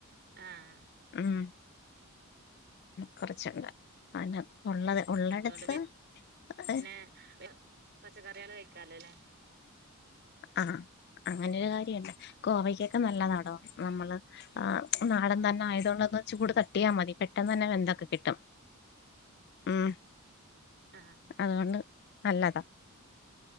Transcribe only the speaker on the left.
ഉം കൊറച്ചൊക്കെ അന്നെ ഉള്ളത് ഉള്ളിടത്ത്
ഏഹ്,
ആഹ് അങ്ങനെരു കാര്യണ്ട് കോവക്കൊക്കെ നല്ല താടോ നമ്മള് ആ നാടൻ തന്നെ ആയതുക കൊണ്ടന്ന് ചൂട് തട്ടിയാൽ മതി പെട്ടെന്ന് തന്നെ വെന്തൊക്കെ കിട്ടും. ഉം
അതുകൊണ്ട് നല്ലതാണ്